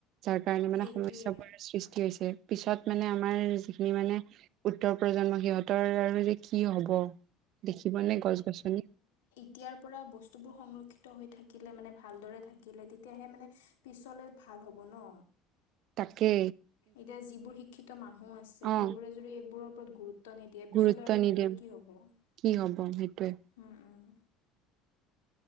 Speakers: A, on the right; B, on the left.
A: যাৰ কাৰণে মানে
B: সেইটোৱে
A: সমস্যাবোৰ সৃষ্টি হৈছে। পিছত মানে আমাৰ যিখিনি মানে উত্তৰ প্ৰজন্ম সিহঁতৰ যে, কি, হ'ব দেখিবনে গছ, গছনি
B: তেতিয়াৰ পৰা বস্তুবোৰ সংৰক্ষিত হৈ থাকিলে মানে ভালদৰে থাকিলে তেতিয়াহে মানে পিছলে ভাল হ'ব, ন।
A: তাকে।
B: এতিয়া যিবোৰ শিক্ষিত মানুহ আছে,
A: অ
B: সেইবোৰে যদি এইবোৰৰ ওপৰত গুৰুত্ব নিদিয়ে
A: গুৰুত্ব
B: পিছলৈ আৰু
A: নিদিয়ে
B: সিহঁতৰ কি হ'ব। উম,
A: কি হব সেইটোৱে
B: উম।